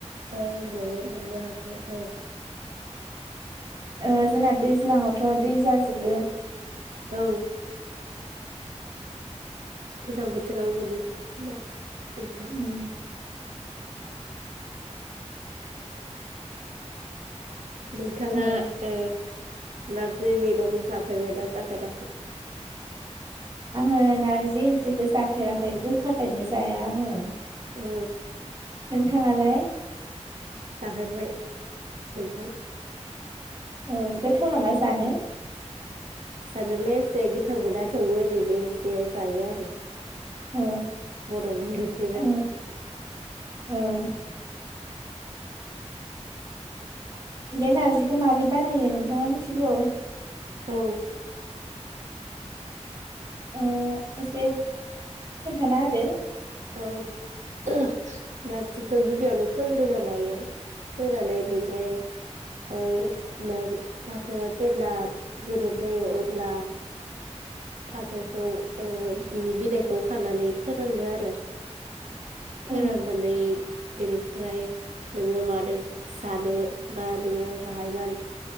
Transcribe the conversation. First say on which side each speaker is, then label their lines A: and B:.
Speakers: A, on the right (about 80°); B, on the right (about 35°).
A: औ मोनो मोननो हागौ औ
B: ओ जोंना दैज्लांआव थ दै जाजोबो
A: औ गोजां बोथोराव मोनो खोमा नोंथां
B: उम
A: नोंथाङा
B: औ
A: ओ नारजि मैगं जाफेरबायना जाफेराखै।
B: आङो नारजि ओंख्रिखौ जाफेराखै गोखा खायनो जाया आङो।
A: औ।
B: नोंथाङालाय।
A: जाफेरबाय। नोंथां।
B: औ गोथाव नामा जानो।
A: जानोलाय एसे गोथाव मोना थेवबो ओरैनो एसे जायो आरो
B: औ
A: बर'नि ओंख्रिना
B: औ औ बे नारजिखौ मारै बानायो नोंथाङा मिथिगौ।
A: औ
B: ओ एसे। खोनथाना होदो।
A: औ नारजिखौ गिबियावनो फोग्रोना लायो फोनानै बेनिफ्राय नार फाथोआ जेब्ला गोदोर जायो अब्ला। फाथोखौ ओ बिनि बिलाइखौ खानानै फोरोंनो आरो फोराननानै
B: उम
A: बेनिफ्राय। नोङो मादो जानो बा नोङो बाहायमान